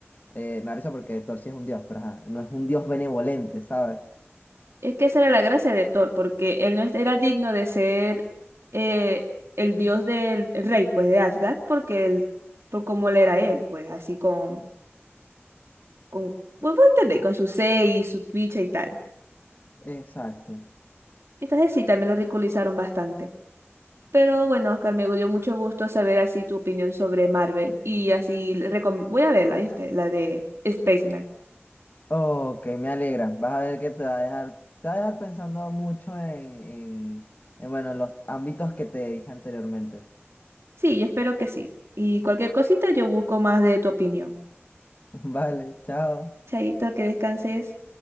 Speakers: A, on the left; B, on the right.
A: eh, me da risa porque Thor sí es un dios, pero ajá, no es un dios benevolente, ¿sabes?
B: Es que esa era la gracia de Thor, porque él no era digno de ser eh, el dios del el rey, pues, de Asgard, porque él, por cómo él era él, pues, así con, con, bueno, pues, entendéis, con su seis, su bicha y tal.
A: Exacto.
B: Entonces sí, también lo ridiculizaron bastante. Pero bueno, Oscar, me dio mucho gusto saber así tu opinión sobre Marvel. Y así, le recom- voy a verla, ¿viste? La de Spaceman.
A: Ok, me alegra. Vas a ver que te va a dejar, te va a dejar pensando mucho en, en, en, bueno, en los ámbitos que te dije anteriormente.
B: Sí, yo espero que sí. Y cualquier cosita yo busco más de tu opinión.
A: <laughs> Vale, chao.
B: Chaito, que descanses.